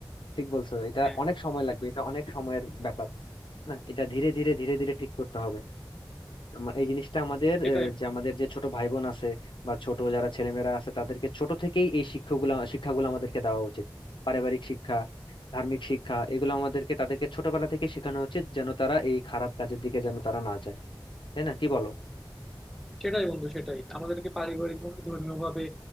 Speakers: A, on the left; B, in the centre.
A: ঠিক বলছো এটা
B: হ্যাঁ
A: অনেক সময় লাগবে এটা অনেক সময়ের ব্যাপার না এটা ধীরে ধীরে ধীরে ধীরে ঠিক করতে হবে আমার এই জিনিসটা আমাদের আহ,
B: এটাই
A: যে আমাদের যে ছোট ভাই বোন আছে বা ছোট যারা ছেলেমেয়েরা আছে তাদেরকে ছোট থেকেই এই শিক্ষাগুলো শিক্ষাগুলো আমাদেরকে দেওয়া উচিত পারিবারিক শিক্ষা ধার্মিক শিক্ষা এগুলো আমাদেরকে তাদেরকে ছোটবেলা থেকে শেখানো উচিত যেন তারা এই খারাপ কাজের দিকে যেন তারা না যায় তাই না কি বলো
B: সেটাই বন্ধু সেটাই আমাদেরকে পারিবারিক ভাবে ধর্মীয় ভাবে